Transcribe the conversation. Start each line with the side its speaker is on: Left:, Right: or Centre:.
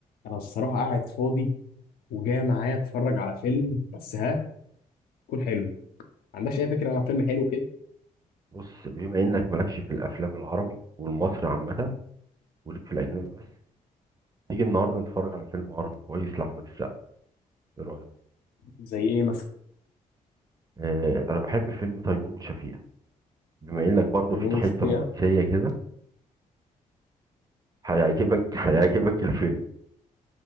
Left: انا الصراحه قاعد فاضي وجاي معايا اتفرج على فيلم بس ها يكون حلو ما عندكش اي فكره عن فيلم حلو كده
Right: بص بما انك مالكش في الافلام العربي والمصري عامه وليك في الاجنبي بس تيجي النهارده نتفرج على فيلم عربي كويس لاحمد السقا ايه رايك
Left: زي ايه مثلا
Right: آه انا بحب فيلم تيمور وشفيقة بما انك برضو
Left: زي
Right: فيك
Left: بول
Right: حته
Left: وشفيقة
Right: رومانسيه كده هيعجبك <laughs> هيعجبك الفيلم